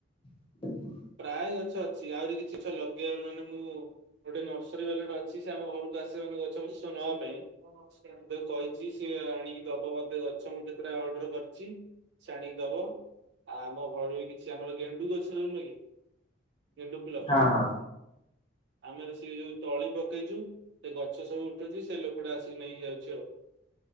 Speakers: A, on the left; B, on the right.
A: <inaudible>
B: ପ୍ରାୟ ଗଛ ଅଛି ଆହୁରି କିଛି ଗଛ ଲଗେଇବାରେ ମାନେ ମୁଁ ଗୋଟେ ନର୍ସରୀ ବାଲାଟେ ଅଛି ସେ ଆମ ଘରକୁ ଆସି <unintelligible> ନବା ପାଇଁଁ କହିଛି ସିଏ ଆଣିକି ଦବ ଗଛ ମୁଁ କେତେଟା ଅର୍ଡର କରିଥିଲି ସେ ଆଣିକି ଦବ। ଆମ ଘର ବି କିଛି ଆମର ଗେଣ୍ଡୁ ଗଛ <unintelligible> ଗଣ୍ଡୁ ଫୁଲ
A: ହଁ ହଁ।
B: ଆମର ସେ ଯୋଉ ତଳି ପକେଇଚୁ ସେ ଗଛ ସବୁ ଉଠୁଚି ସେ ଲୋକଟା ଆସିକି ନେଇ ଯାଉଚି ଆଉ।